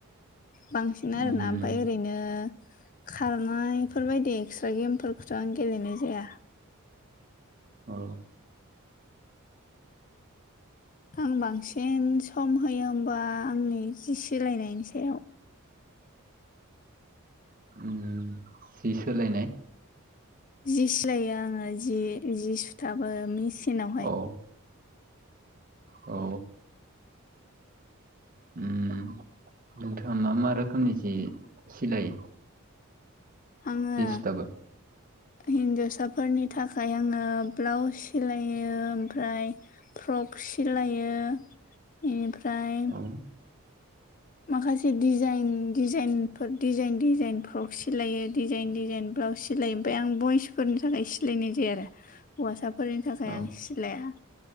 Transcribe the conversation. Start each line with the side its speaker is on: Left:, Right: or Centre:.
Left: बांसिन आरोना
Right: उम
Left: ओमफाय ओरैनो खारनायफोरबायदि एक्सट्रा गेमफोरखौथ आं गेलेनाय जाया।
Right: औ।
Left: आं बांसिन सम होयो होमबा आंनि जि सिलायनायनि सायाव।
Right: उम सि सोलायनाय
Left: जि सिलायो आङो जि जि सुथाबो मिचिनावहाय।
Right: औ औ। उम नोंथाङा मा मा रोखोमनि जि सिलायो?
Left: आङो
Right: जि सुथाबो
Left: हिन्जावसाफोरनि थाखाय आङो ब्लाउस सिलायो ओमफ्राय फ्रक सिलायो। इनिफ्राय
Right: औ
Left: माखासे डिजाइन डिजाइनफोर डिजाइन डिजाइन फ्रक सिलायो डिजाइन डिजाइन ब्लाउस सि सिलायो ओमफाय आं बयसफोरनि थाखाय सिलायनाय जाया आरो। हौवासाफोरनि थाखाय
Right: औ
Left: आं सिलाया